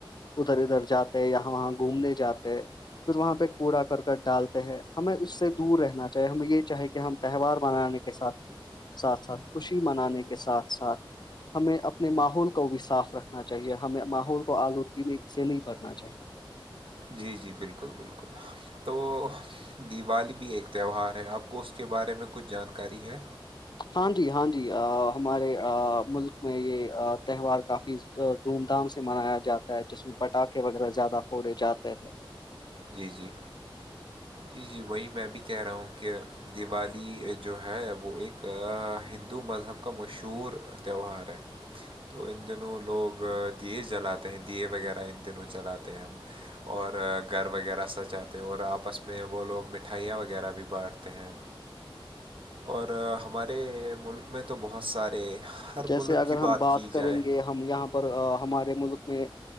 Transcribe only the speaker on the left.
ادھر ادھر جاتے اں وہاں گھومنے جاتے پھر وہاں پہ کوڑا کرک ڈالتے ہیں ہمیں اس سے دور رہنا چاہیے ہمیں یہ چاہے کہ ہم تہوار منانے کے ساتھ ساتھ ساتھ خوشی منانے کے ساتھ ساتھ ہمیں اپنے ماحول کو بھی صاف رکھنا چاہیے ہمیں ماحول کو آلود سے نہیں بڑنا چاہیے
ہاں جی ہاں جی ہمارے ملک میں یہ تہوار کافی دھوم دھام سے منایا جاتا ہے جس میں پٹاخے وغیرہ زیادہ پھڑے جاتے ہیں
جیسے
اگر
ہم بات
کریں
گے ہم یہاں پر ہمارے ملک میں